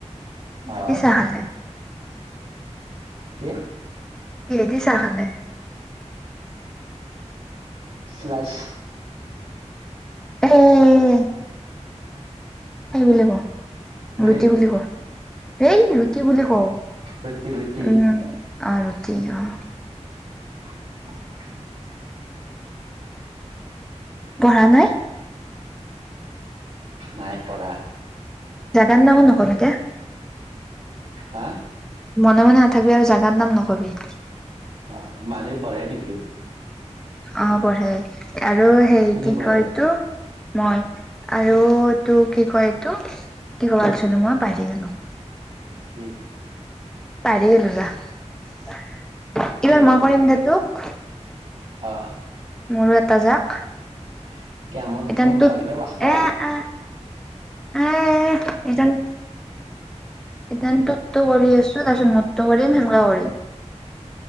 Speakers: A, on the right; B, in the centre.
A: অ
B: দি চাহ খাইছে?
A: কি?
B: কিহেদি চাহ খালে?
A: স্লাছ।
B: উম আহিবলে ক
A: ব্ৰেড
B: ৰুটি বুলি ক, হেই ৰুটি বুলি ক,
A: ৰুটি ৰুটি
B: উম। অঁ ৰুটি অঁ।
A: হয়।
B: পঢ়া নাই।
A: নাই পঢ়া।
B: জাগা নামো নকবি দেই।
A: হা
B: মনে মনে নাথাকোৱে আৰু জাগাৰ নাম নকবি।
A: অ মানুহে পঢ়ে নেকি?
B: অ পঢ়ে। আৰু সেই
A: কোনে
B: কি
A: পঢ়ে
B: কয়টো? মই আৰু এইটো কি কয় এইটো, কি কব আহিছিলো মই পাহৰি গলো।
A: কি?
B: পাৰি গলা এইবাৰ
A: কি বাহেলি
B: মই কৰিম দে তোক।
A: অ।
B: মোৰো এটা যাক।
A: হয়। কি আমত দি
B: এদান
A: তু মোক
B: তোত
A: যাক দে বচ্তা।
B: এ আ এ এডাল এডাল টোত টো কৰি আছো তাৰপিছত মোতটো কৰিম সেনেুৱা কৰিম।